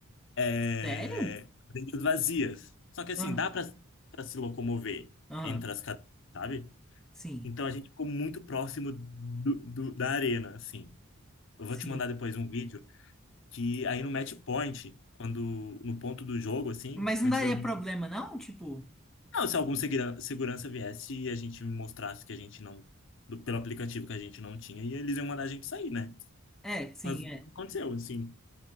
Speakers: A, on the left (about 60°); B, in the centre.
A: É,
B: sério?
A: cadeiras vazias. Só que assim,
B: Ah,
A: dá pra, pra se locomover
B: Aham,
A: entre as cadeiras, sabe?
B: sim,
A: Então a gente ficou muito próximo do, do- da arena, assim. Eu
B: sim.
A: vou te mandar depois um vídeo que aí no match point, quando no ponto do jogo, assim,
B: Mas não
A: antes
B: daria
A: das. meni-
B: problema, não? Tipo,
A: Não, se algum segura- segurança viesse e a gente mostrasse que a gente não. do- pelo aplicativo que a gente não tinha, e eles iam mandar a gente sair, né?
B: é, sim,
A: Mas não
B: é,
A: aconteceu, assim.